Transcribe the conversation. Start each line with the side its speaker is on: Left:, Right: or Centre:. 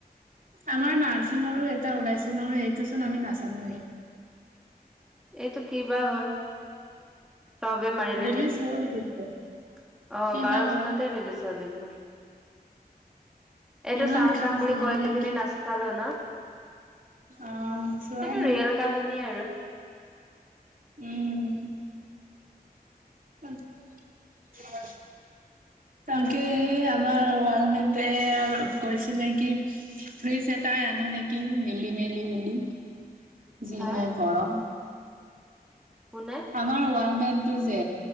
Right: আমাৰ নাৰ্ছিঙৰো এটা ওলাইছিল নহয় সেইটো চোন আমি নাচানো।
Centre: এইটো কি বা হয়। বে মাৰিলে
Right: ৰিলিজ
Centre: নেকি অ,
Right: হ'ল কিন্তু কি
Centre: বাৰ
Right: বা হ'ল
Centre: জুনতে ৰিলিজ হ'ল দেখোন। এইটো
Right: ইমান
Centre: চাম,
Right: খাচ
Centre: চাম বুলি
Right: নহ'ল
Centre: কৈ
Right: নেকি
Centre: কি নাচালো ন।
Right: অ, চায়
Centre: এইটো
Right: ন
Centre: ৰিয়েল কাহিনী আৰু
Right: উম। <inaudible> তাকে আমাৰ ৱ মে আৰু কৈছিলে কি ফ্ৰিছ এটাই আনো নেকি মিলি, মেলি বুলি যিহে
Centre: হা
Right: গৰম।
Centre: কোনে
Right: আমাৰ ৱালমেটটো যে